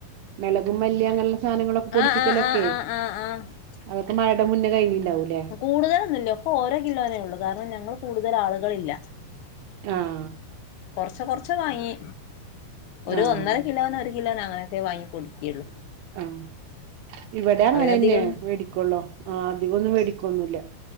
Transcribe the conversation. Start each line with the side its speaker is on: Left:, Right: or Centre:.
Right: മെളകും മല്ലിയങ്ങനെയുള്ള സാധനങ്ങളൊക്കെ പൊടിപ്പിക്കലൊക്കെ
Left: ആഹ് ആഹ് ആഹ് ആഹ് ആഹ് ആഹ്
Right: അതൊക്കെ മഴടെ മുന്നേന്നെ കഴിഞ്ഞീ ണ്ടാവും അല്ലേ
Left: കൂടുതലൊന്നുല്ല ഒക്ക ഓരോ കിലോനേ ഉള്ളൂ കാരണം ഞങ്ങൾ കൂടുതൽ ആളുകളില്ല
Right: ആഹ്
Left: കൊറച് കൊറച്ച് വാങ്ങി ഒരു
Right: ആഹ്
Left: ഒന്നര കിലോ രണ്ട് കിലോന് അങ്ങനൊക്കെ വാങ്ങി പൊടിയ്ക്കള്ളു
Right: ആഹ് ഇവിടെങ്ങനെന്നെയ
Left: അവരധികൊന്നും
Right: വേടിക്കോള്ളോ ആ അതികൊന്നും വേടിക്കൊന്നുല്ല